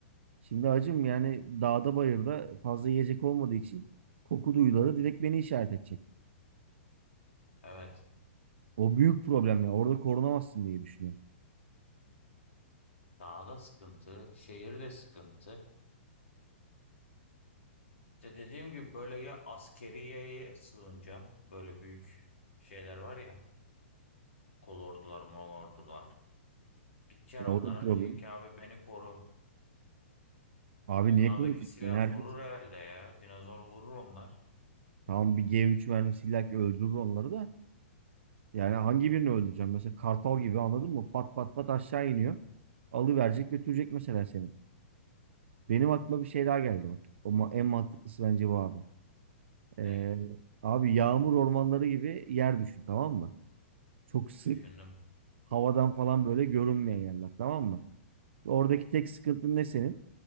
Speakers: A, on the right; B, on the left.
A: şimdi acım yani dağda bayırda fazla yiyecek olmadığı için koku duyuları direkt beni işaret edecek.
B: Evet.
A: O büyük problem ya. Orada korunamazsın diye düşünüyorum.
B: Dağda sıkıntı, şehirde sıkıntı. İşte dediğim gibi böyle ya askeriyeye sığınacaksın. Böyle büyük şeyler var ya. Kolordular, molordular. Gideceksin
A: Ya
B: onlara
A: o da bir problem.
B: diyeceksin ki abi beni koru.
A: Abi
B: Onlardaki
A: niye konuşuyorsun?
B: silah
A: Yani herkes
B: vurur herhalde ya. Dinozor vurur onlar.
A: tamam bir G3 vermiş illa ki öldürür onları da. Yani hangi birini öldüreceğim? Mesela kartal gibi anladın mı? Pat pat pat aşağı iniyor. Alıverecek götürecek mesela seni. Benim aklıma bir şey daha geldi bak. Ama en mantıklısı bence bu abi. Ee,
B: Ne?
A: abi yağmur ormanları gibi yer düşün tamam mı? Çok sık
B: Düşündüm.
A: havadan falan böyle görünmeyen yerler tamam mı? Oradaki tek sıkıntın ne senin?